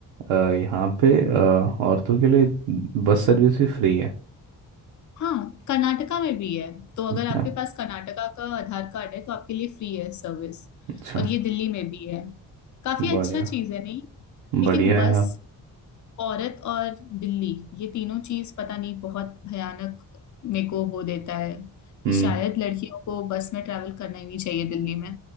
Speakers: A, on the right (about 75°); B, on the left (about 40°).
A: अ, यहाँ पे अ, औरतों के लिए बस सर्विस भी फ्री है
B: हाँ कर्नाटका में भी है तो अगर
A: अच्छा
B: आपके पास कर्नाटका का आधार कार्ड है तो आपके लिए फ्री है सर्विस
A: अच्छा
B: और ये दिल्ली में भी है काफी
A: बढ़िया
B: अच्छा चीज है नहीं लेकिन
A: बढ़िया
B: बस
A: है आप
B: औरत और बिल्ली ये तीनों चीज पता नहीं बहुत भयानक मेरे को वो देता है कि
A: हम्म
B: शायद लड़कियों को बस में ट्रैवल करना ही नहीं चाहिए दिल्ली में